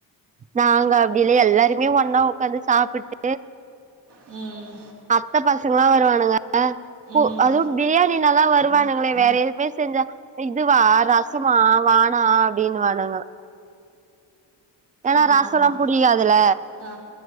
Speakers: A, on the right; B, on the right.
A: நாங்க அப்டில்ல எல்லாருமே ஒன்னா உக்காந்து சாப்பிட்டு எ
B: ம்
A: அத்த பசங்கல்லா வருவானுங்க கு
B: ம்
A: அதுவு பிரியாணினாதா வருவானுங்களே வேற எதுவுமே செஞ்சா இதுவா ரசமா வேனா அப்டின்னு வானுங்க ஏனா
B: ஆமா
A: ரசோலா
B: ஆமா
A: புடிக்காதுல
B: ஆ